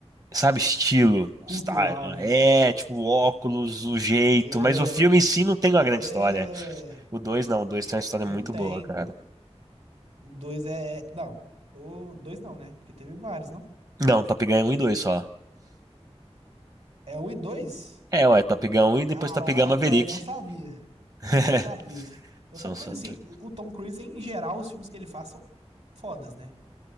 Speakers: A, on the right (about 35°); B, on the right (about 70°).
A: sabe, estilo.
B: Cultural,
A: Style.
B: né?
A: né? É, tipo, óculos, o jeito.
B: É.
A: Mas o filme em si não tem uma
B: É.
A: grande história. O dois não. O dois tem uma história
B: Não
A: muito
B: tem,
A: boa, cara.
B: pô. O 2 é. é, Não. O 2 não, né? Porque teve vários, não?
A: Não, Top Gun é um e 2 só.
B: É o e 2.
A: É, ué, Top Gun um e
B: Caraca,
A: depois Top Gun Maverick.
B: eu não sabia.
A: <laughs>
B: Eu não sabia. Não
A: São
B: sabia,
A: só
B: mas assim,
A: dois.
B: o o Tom Cruise, em geral, os filmes que ele faz são fodas, né?